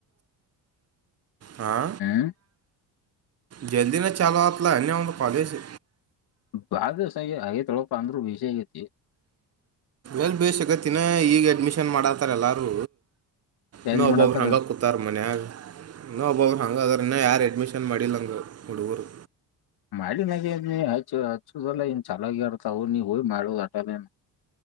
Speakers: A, on the right; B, on the left.
A: ಹಾ
B: ಹು
A: ಜಲ್ದಿನ ಚಾಲುವಾತ್ಲ ಅನ್ನೇ ಅವಂದ ಕಾಲೇಜು.
B: ಬಾಳ ದಿವಸ ಹಾಗೆ ತಳಪ್ಪ ಅಂದ್ರು ಬಿಜಿ ಮಾಡೊ ಆಗೈತಿ
A: ಎಲ್ ಬೇಸಕತ್ತಿನ ಈಗ ಅಡ್ಮಿಷನ್ ಮಾಡತಾರ ಎಲ್ಲಾರು ಇನ
B: ಎಲ್ಲಿ
A: ಒಬ್ಬೊಬ್ಬರ
B: ಮಾಡತ್ತಾರ
A: ಹಂಗ ಕೂ ಇತ್ತಾರ ಮನ್ಯಾಗ ಇನ್ನ ಒಬ್ಬಬ್ರು ಹಂಗ ಅದ್ರನ್ನ ಯಾರು ಅಡ್ಮಿಷನ್ ಮಾಡಿಲ್ಲ ಹಂಗ ಹುಡುಗರು
B: ಮಾಡಿ ನಾಗ ನೀ ಹಚ್ಚು ಹಚ್ಚುದಲ್ಲೇ ನ್ ಚಲಾಗಿ ಆರ್ತವು ನೀ ಹೋಗಿ ಮಾಡುದು ಅಟೇ